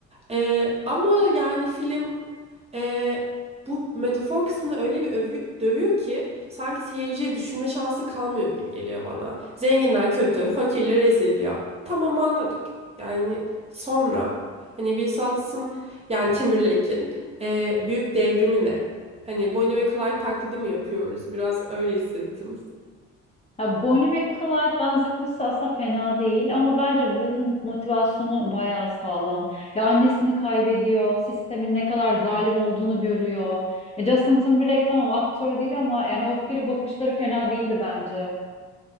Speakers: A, on the right (about 20°); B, on the left (about 20°).
A: Ee, ama yani film ee, bu metafor kısmını öyle bir övü- dövüyor ki sanki seyirciye düşünme şansı kalmıyor gibi geliyor bana. Zenginler kötü, fakirler eziliyor. Tamam anladık. Yani sonra hani Wilson yani Timberlake'in ee, büyük devrimi ne? Hani Bonnie ve Clyde taklidi mi yapıyoruz? Biraz öyle hissettim.
B: Ya Bonnie ve Clyde benzetmesi aslında fena değil ama bence Will'ın motivasyonu bayağı sağlam. Ya annesini kaybediyor, sistemin ne kadar zalim olduğunu görüyor. E Justin Timberlake tamam aktör değil ama yani o öfkeli bakışları fena değildi bence.